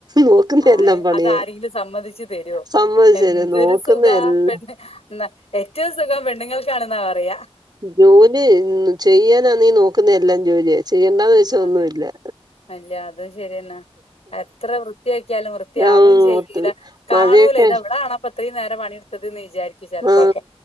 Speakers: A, on the right; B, on the left.
A: നോക്കുന്ന
B: ആര്
A: എല്ലാം പണിയ
B: അത് ആരെങ്കിലും സമ്മതിച്ചു തരുവോ
A: സമ്മതിച്ചന്നെ
B: എന്തൊരു
A: നോക്കുന്ന
B: സുഖാ
A: എല്ലാം
B: പെണ്ണ് ന്ന ഏറ്റവും സുഖം പെണ്ണുങ്ങൾക്കാണെന്നാ പറയാ
A: ജോലി ചെയ്യാന നീ നോക്കുന്ന എല്ലാം ജോലിയാ ചെയ്യണ്ടാന്ന് വെച്ച ഒന്നുല്ല.
B: അതെ അല്ല അതും ശരിയെന്നാ എത്ര വൃത്തിയാക്കിയാലും വൃത്തിയാവും
A: ആ
B: ചെയ്യൂല
A: ഒത്ത്
B: കാണൂല
A: മഴയൊക്കെ
B: ഇത എവിടെണപ്പ ഇത്രയും നേരം പണിയെടുത്തതെന്ന്‌ വിചാരിക്കു ചെലപ്പോക്കെ
A: ആ